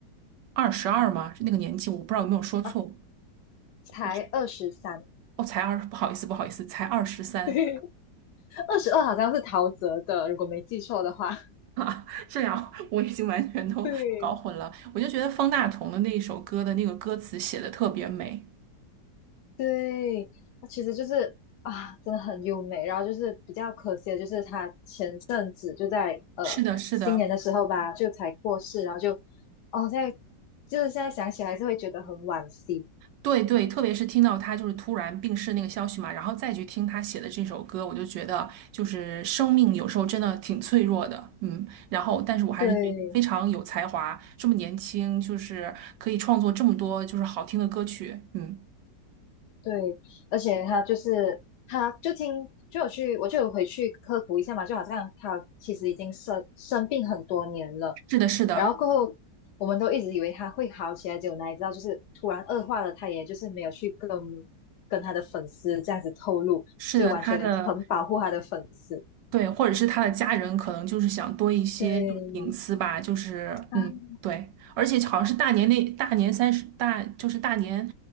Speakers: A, on the right; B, on the left.
A: 《二十二》吗？是那个年纪，我不知道有没有说错。
B: 哦，才二十三，
A: 我是哦，才二，不好意思，不好意思，才二十三。
B: <laughs> 二十二好像是陶喆的，如果没记错的话。
A: <laughs> 这样我已经完全都搞混了。
B: 对，
A: 我就觉得方大同的那一首歌的那个歌词写的特别美。
B: 对，它其实就是啊，真的很优美。然后就是比较可惜的，就是他前阵子就在呃新年的时候吧，
A: 是的，是的，
B: 就才过世。然后就哦，在就是现在想起来还是会觉得很惋惜。
A: 对对，特别是听到他就是突然病逝那个消息嘛，然后再去听他写的这首歌，我就觉得就是生命有时候真的挺脆弱的，嗯。然后，但是我还是觉得非常有才华，
B: 对，
A: 这么年轻，就是可以创作这么多就是好听的歌曲，嗯。
B: 对，而且他就是，他就听，就有去，我就有回去科普一下嘛，就好像他其实已经生生病很多年了，
A: 是的，是的，
B: 然后过后我们都一直以为他会好起来，结果哪里知道就是突然恶化了，他也就是没有去跟跟他的粉丝这样子透露，
A: 是的，
B: 就完全很保护他的粉丝。
A: 他的。对，或者是他的家人可能就是想多一些就是隐私吧，
B: 对，
A: 就是嗯，
B: 啊
A: 对，而且好像是大年那大年三十大，就是大年